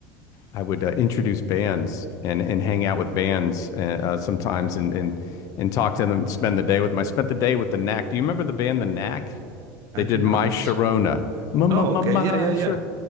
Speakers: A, on the left (about 50°); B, on the right (about 50°).
A: I would uh, introduce bands and and hang out with bands uh, uh, sometimes and and and talk to them. Spend the day with them. I spent the day with the Knack. Do you remember the band the Knack?
B: I
A: They did
B: do not.
A: My Sharona. Ma ma
B: Oh,
A: ma
B: okay.
A: ma
B: Yeah, yeah, yeah.
A: Sharona.